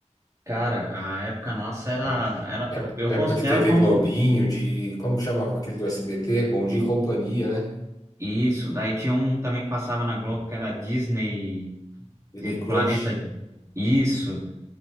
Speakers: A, on the right; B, on the left.
A: Cara, a época nossa era, era,
B: Ép-
A: eu
B: Época
A: considero
B: de TV
A: como
B: Globinho, de, como que chamava aquele do SBT? Bom Dia e Companhia, né?
A: isso. Daí tinha um também que passava na Globo que era Disney,
B: Disney
A: de-
B: Crush.
A: Planeta. Isso.